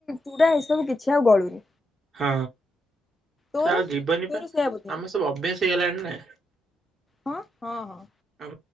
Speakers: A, on the left (about 15°); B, on the right (about 35°).
A: ଚୁଡା ଏସବୁ କିଛି ଆଉ ଗଳୁନି।
B: ହଁ
A: ତୋର
B: ସେ ଆଉ ଜୀବନୀ
A: ତୋର
B: ପାଇଁ
A: ସେଇଆ ବୋଧେ
B: ଆମର ସବୁ ଅଭ୍ୟାସ ହେଇଗଲାଣି ନା।
A: ହଁ ହଁ ହଁ!
B: ଆମ